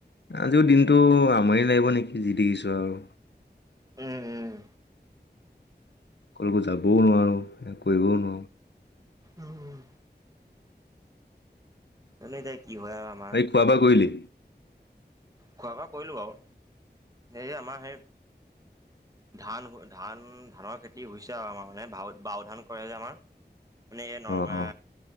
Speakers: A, on the left; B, on the right.
A: আজিও দিনটো আমনি লাগিব নেকি যি দেখিছোঁ আৰু।
B: উম উম।
A: কলোকো যাবও নোৱাৰোঁ কৰিবও নোৱাৰোঁ।
B: উম উম এনেই এতিয়া আৰু আমাৰ
A: ভাই খোৱা বোৱা কৰিলি
B: খোৱা বোৱা কৰিলো আৰু এই আমাৰ সেই ধান ধান ধানৰ খেতি হৈছে আৱ আমাৰ মানে বাও বাও ধান কৰে যে আমাৰ। মানে এ নৰকৰা
A: অ অ